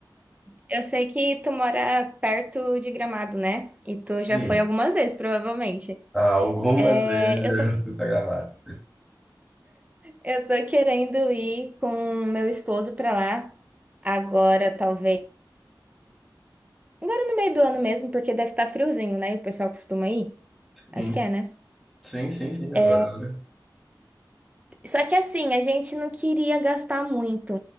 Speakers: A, on the right (about 20°); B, in the centre.
A: eu sei que tu mora perto de Gramado, né? E tu
B: Sim,
A: já foi algumas vezes, provavelmente.
B: algumas
A: É,
B: vezes
A: eu
B: eu
A: tô,
B: já fui pra Gramado.
A: eu tô querendo ir com meu esposo pra lá agora, talvez. Agora no meio do ano mesmo, porque deve estar friozinho, né? E o pessoal costuma ir. Acho
B: Sim,
A: que é, né?
B: sim, sim, sim, agora.
A: É, Só que assim, a gente não queria gastar muito.